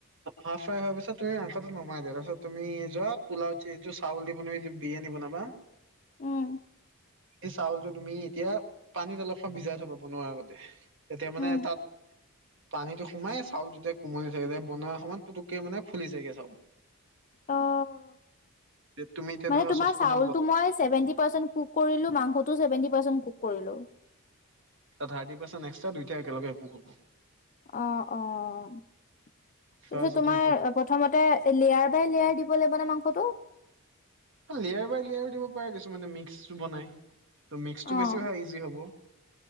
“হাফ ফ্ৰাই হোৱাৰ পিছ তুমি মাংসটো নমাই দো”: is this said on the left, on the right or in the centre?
Right